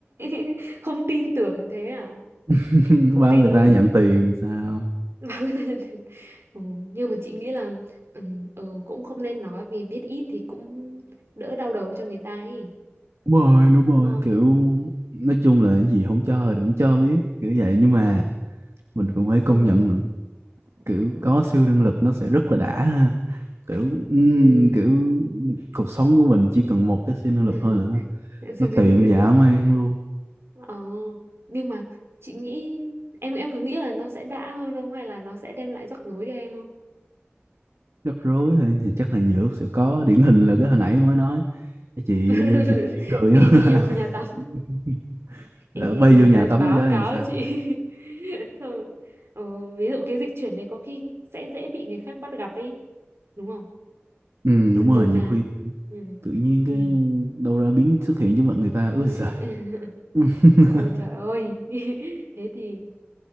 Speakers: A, on the right; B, on the right.
A: <laughs> không tin tưởng thế à
B: <laughs>
A: không
B: báo
A: tin
B: người
A: luôn
B: ta nhận tiền sao
A: <laughs> ừ, nhưng mà chị nghĩ là ừ, ừ, cũng không nên nói vì biết ít thì cũng đỡ đau đầu cho người ta ấy
B: đúng rồi đúng rồi
A: đúng không
B: kiểu nói chung là cái gì không cho đừng cho biết kiểu vậy nhưng mà mình cũng phải công
A: ừ
B: nhận là kiểu có siêu năng lực nó sẽ rất là đã ha kiểu ừm,
A: ừ
B: kiểu cuộc sống của mình chỉ cần một cái siêu năng
A: <laughs>
B: lực thôi là nó,
A: Dừng
B: nó
A: lại
B: tiện
A: lần
B: dã
A: <laughs>
B: man luôn
A: Ờ, nhưng mà chị nghĩ em em cứ nghĩ là nó sẽ đã hơn không hay là nó sẽ đem lại rắc rối cho em không?
B: rắc rối thôi thì chắc là nhiều lúc sẽ có điển hình là cái hồi nãy mới nói cái chị
A: <laughs>
B: dịch chuyển đời
A: đi
B: á.
A: đi vô nhà tắm
B: <laughs> lỡ
A: Ê,
B: bay
A: người
B: vô nhà
A: ta
B: tắm
A: báo
B: cái
A: cáo
B: thì sao
A: chị <laughs> Xong rồi, ờ, ví dụ cái dịch chuyển này có khi sẽ dễ bị người khác bắt gặp ấy đúng không
B: ừ
A: dừng
B: đúng rồi
A: đầu
B: nhiều
A: ra
B: khi
A: ừ.
B: tự nhiên cái
A: Ừ.
B: đâu ra biến xuất hiện trước mặt người ta ôi
A: <laughs>
B: giời <laughs>
A: ôi trời ơi <laughs> thế thì